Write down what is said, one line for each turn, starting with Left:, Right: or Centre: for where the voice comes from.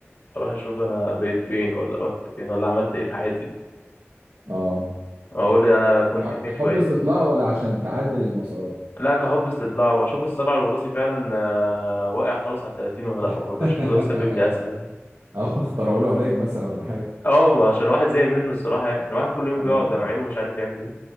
Left: أروح أشوف أنا بقيت فين ولا رحت فين ولا عملت إيه في حياتي
Right: اه
Left: أقول أنا كنت
Right: ك-
Left: فين
Right: كحب
Left: وبقيت
Right: استطلاع
Left: فين
Right: ولا عشان تعدل المسارات
Left: لا كحب استطلاع وأشوف الصلع الوراثي فعلا آه، واقع خالص على التلاتين ولا
Right: <laughs>
Left: لأ برضه عشان ده سبب لي أزمة يعني
Right: او اخترعوا له علاج مثلا ولا حاجه
Left: أه ما عشان واحد زي منه الصراحة يعني الواحد كل يوم
Right: اه
Left: بيقعد ده معينه ومش عارف يعمل إيه